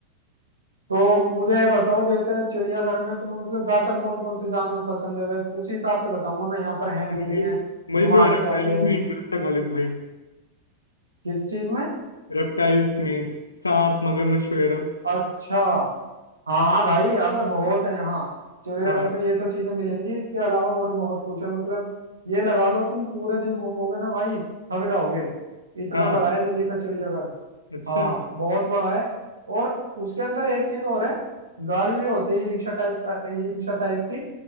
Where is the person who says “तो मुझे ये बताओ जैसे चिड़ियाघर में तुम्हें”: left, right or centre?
Right